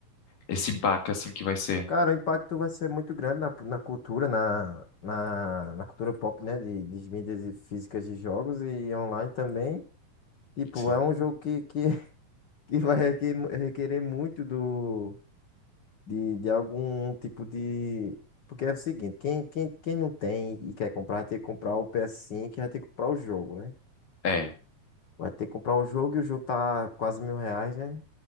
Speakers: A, on the left; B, on the left.
A: esse baque assim que vai ser?
B: Cara, o impacto vai ser muito grande na, na cultura, na, na, na cultura pop, né? De, de mídias e físicas de jogos e online também. Tipo,
A: Sim.
B: é um jogo que, que, <laughs> que vai requer- requerer muito do, de, de algum tipo de. Porque é o seguinte, quem, quem, quem não tem e quer comprar, vai ter que comprar o ps cinco e vai ter que comprar o jogo, né?
A: É.
B: Vai ter que comprar o jogo e o jogo tá quase mil reais, né?